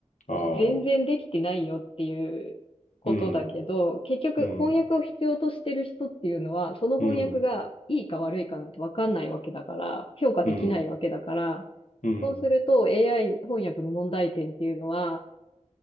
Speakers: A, on the left (about 85°); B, on the left (about 45°).
A: ああ、
B: 全然できてないよっていうことだけど、
A: うん、
B: 結局翻訳を必要としてる人っていうのは、
A: うん、
B: その翻訳がいいか悪いかなんてわかんないわけだから、
A: うん、
B: 評価できないわけだから、
A: うん、うん、うん、
B: そうすると AI 翻訳の問題点っていうのは、